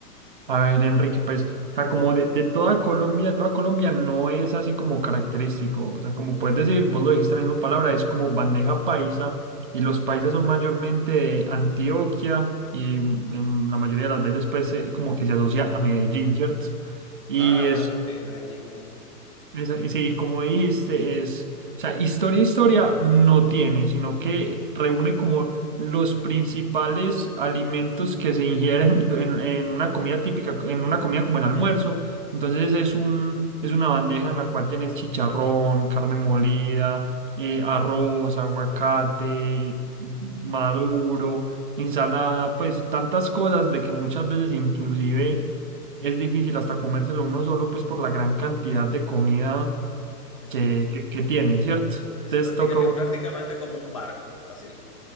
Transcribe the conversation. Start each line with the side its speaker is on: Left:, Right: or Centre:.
Right: A ver, Enrique, pues, o sea, como de, de toda Colombia, toda Colombia no es así como característico, o sea, como puedes decir, vos lo dijiste en la misma palabra, es como bandeja paisa, y los paisas son mayormente de Antioquia, y mm, en la mayoría de las veces, pues, se- como que se asocia a Medellín, ¿cierto? Y
Left: Ah,
Right: es
Left: bueno, sí, Medellín, Medellín, Medellín.
Right: esa- y sí, como dijiste, es, o sea, historia, historia no tiene, sino que reúne como los principales alimentos que se ingieren <laughs> en, en una comida típica, en una comida como el almuerzo. Entonces es un, es una bandeja en la cual tenés chicharrón, carne molida, eh, arroz, aguacate, maduro, ensalada, pues tantas cosas de que muchas veces inclusive es difícil hasta comérselo uno solo, pues por la gran cantidad de comida
Left: Después.
Right: que, que, que tiene, ¿cierto?
Left: Es,
Right: Entonces
Left: práctica-
Right: toca un,
Left: es prácticamente como un barco, así.